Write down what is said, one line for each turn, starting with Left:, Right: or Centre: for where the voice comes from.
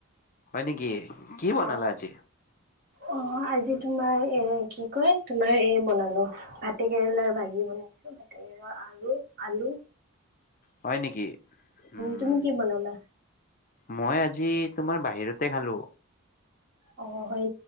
Left: হয় নেকি? কি বনালা
Right: অ
Left: আজি।
Right: অ আজি তোমাৰ এ কি কয়, তোমাৰ এই বনালো। ভাতে কেৰেলাৰ ভাজি বনাইছোঁ ভতেকৰেলা। আৰু আলু।
Left: হয় নেকি? উম।
Right: তুমি কি বনালা
Left: মই আজি তোমাৰ বাহিৰতে খালো,
Right: অ হয়